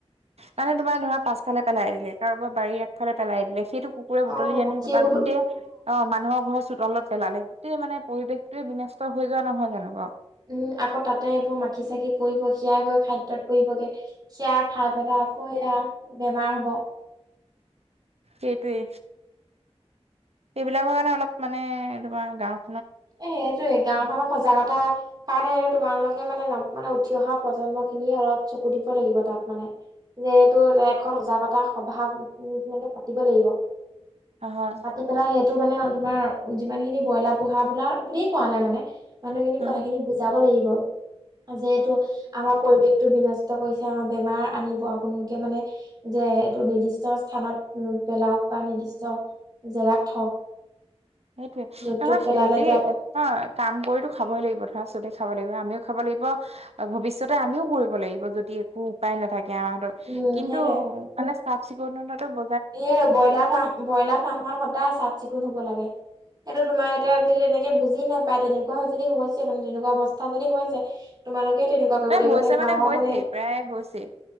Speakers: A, on the right; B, on the right.
A: মানে তোমাৰ ধৰা, পাছফালে পেলাই দিলে, কাৰোবাৰ পৰা বাৰীৰ আগফালে পেলাই দিলে, সেইটো কুকুৰে বুটলি
B: অ',
A: আনি
B: সেইবোৰতো
A: তোমাৰ গোটেই অ, মানুহৰ ঘৰৰ চোতালত পেলালে। টেই মানে পৰিৱেশটোৱে বিনষ্ট হৈ যোৱা নহয় জানো।
B: উম, আকৌ তাতে এইবোৰ মাখি-চাখি পৰিব, সেয়াই গৈ খাদ্যত পৰিবগে। সেয়া খাই পেলাই আকৌ সেয়া বেমাৰ হ'ব।
A: সেইটোৱে। এইবিলাকৰ কাৰণে অলপ মানে তোমাৰ গাঁও
B: এ, সেইটোৱে, গাওখনৰ সজাগতা কাৰণেটো তোমালোকে মানে, মানে উঠি অহা প্ৰজন্ম খিনিয়ে অলপ চকু দিব লাগিব, তাত মানে। যে এইটো এখন সজাগতা সভা <unintelligible> পাতিব লাগিব।
A: হয়।
B: <unintelligible> সেইটো মানে তোমাৰ যিমান খিনি ব্ৰইলাৰ পোহা বোলা বুলিয়ে কোৱা নাই মানে। মানুহ খিনিক
A: উম
B: কথাখিনি বুজাব লাগিব যে, এইটো আমাৰ পৰিৱেশ। বিনষ্ট কৰিছে আমাৰ বেমাৰ আনিব আপোনোকে মানে যে এইটো নিৰ্দিষ্ট স্থানত উ পেলাওক বা নিৰ্দিষ্ট জেগাত থওক।
A: সেইটোৱে
B: য'ত
A: নহয়
B: ত'ত পেলালে
A: সেহঁতি
B: এতিয়া
A: অ' কাম কৰিতো খাবই লাগিব ধৰা চবে খাব লাগিব। আমিও খাব লাগিব। ভৱিষ্যতে আমিও কৰিব লাগিব যদি একো উপায় নাথাকে আমাৰ হাতত।
B: উম
A: কিন্তু
B: সেইটোৱে
A: মানে চাফ চিকুণতটো ব
B: এই ব্ৰইলাৰ ফাৰ্ম ব্ৰইলাৰ ফাৰ্মখন সদায় চাফ চিকুণ হ'ব লাগে। সেইটো তোমাৰ এতিয়া। যদি তেনেকে বুজি নাপায় তেনেকুৱা যদি হৈছে মানে তেনেকুৱা অৱস্থা যদি হৈছে তোমালোকে তেনেকুৱা
A: এ
B: কৰিব
A: হৈছে
B: লাগিবগে। গাঁৱৰ
A: হৈছেই
B: মানে
A: প্ৰায় হৈছেই।